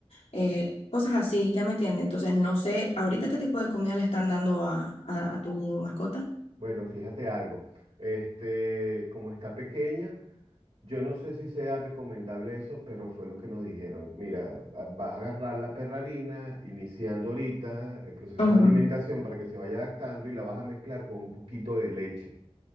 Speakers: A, on the left (about 80°); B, on the right (about 80°).
A: eh, cosas así, ya me entiende. Entonces, no sé, ahorita qué tipo de comida le están dando a, a a tu mascota.
B: bueno, fíjate algo. Este, como está pequeña. Yo no sé si sea recomendable eso, pero fue lo que nos dijeron. Mira, a- vas a agarrar la perrarina, iniciando ahorita el proceso
A: Ujú,
B: de alimentación para que se vaya adaptando y la vas a mezclar con un poquito de leche.